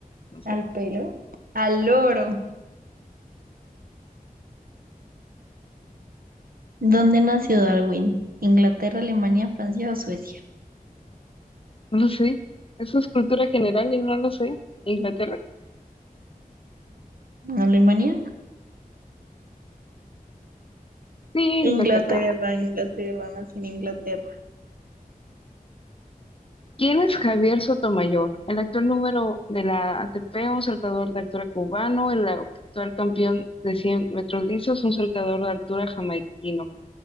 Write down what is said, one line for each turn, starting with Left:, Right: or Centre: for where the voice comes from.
Left: no sé,
Right: al pelo. Al loro. ¿Dónde nació Darwin? ¿Inglaterra, Alemania, Francia o Suecia?
Left: no lo sé. Eso es cultura general y no lo sé. ¿Inglaterra?
Right: ¿Alemania?
Left: Sí,
Right: Inglaterra,
Left: Inglaterra.
Right: Inglaterra, nací en Inglaterra.
Left: ¿Quién es Javier Sotomayor? El actual número de la ATP, un saltador de altura cubano, el actual campeón de 100 metros lisos, un saltador de altura jamaiquino.